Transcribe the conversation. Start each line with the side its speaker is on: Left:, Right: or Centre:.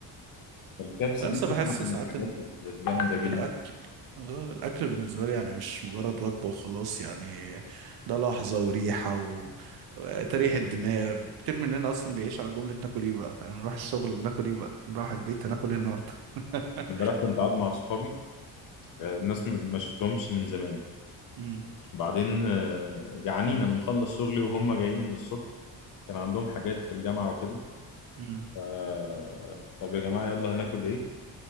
Left: الكبسة
Right: بس
Left: دي
Right: بحس
Left: طبعا من
Right: ساعات
Left: الحاجات الجامدة جدا
Right: الأكل آه الأكل بالنسبة لي يعني مش مجرد وجبة وخلاص يعني ده لحظة وريحة و... وتريح الدماغ كتير مننا أصلا بيعيش على جملة ناكل إيه بقى فاهم نروح الشغل ناكل إيه بقى نروح البيت هناكل إيه النهاردة <laughs>
Left: امبارح كنت قاعد مع صحابي آه، الناس ما ما شفتهمش من زمان
Right: امم
Left: وبعدين آه، جعانين أنا مخلص شغلي وهم جايين من الصبح كان عندهم حاجات في الجامعة وكده
Right: امم
Left: آه، طب يا جماعة يلا هناكل إيه؟